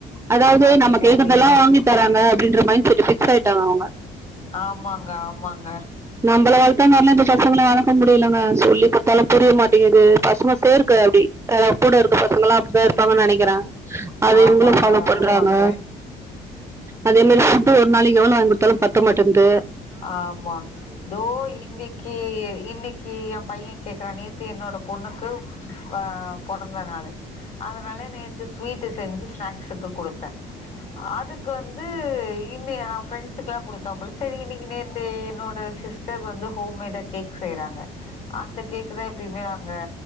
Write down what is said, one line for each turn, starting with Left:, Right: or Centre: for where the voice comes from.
Right: அதாவது
Left: அதேதா
Right: நம்ப கேக்குறதல்லா
Left: அதேதா
Right: வாங்கி தராங்க அப்படின்ற மைண்ட்செட் பிக்ஸ் ஆயிட்டாங்க அவங்க
Left: ஆமாங்க ஆமாங்க
Right: நம்மள வளத்தாமாரிலா இந்த பசங்களை வளர்க்க முடியலங்க சொல்லி பாத்தாலும் புரிய மாட்டேங்கது பசங்க சேர்க்க அப்டி அ கூட இருக்கு பசங்கள எல்லாம் அப்படித்தான் இருப்பாங்க நினக் அத
Left: ஆமாங்க
Right: எங்களை பாலோ பண்றாங்க
Left: ஆமாங்க
Right: அதே மாதிரி ஃபுட்டு் ஒரு நாளைக்கு எவ்வளவு வாங்கி கொடுத்தாலும் பத்த மாட்டேங்கிது
Left: ஆமா தோ இன்னைக்கு இன்னைக்கு என் பையன் கேக்குறானே என்னோட பொண்ணுக்கு ஆஹ் பொறந்தநாள்ளு நாளு அதனால நேற்று ஸ்வீட்டு செஞ்சு ஸ்நாக்ஸ்க்கு கொடுத்தேன் அதுக்கு வந்து இன்ன என் ஃப்ரெண்ட்ஸ்க்குல்லாம் கொடுத்தேன் போல சரி இன்னைக்கு நேத்து என்னோட சிஸ் டர் வந்து ஹோம்மேடா கேக் செய்யறாங்க அந்த கேக் தான் எப்பயுமே அங்க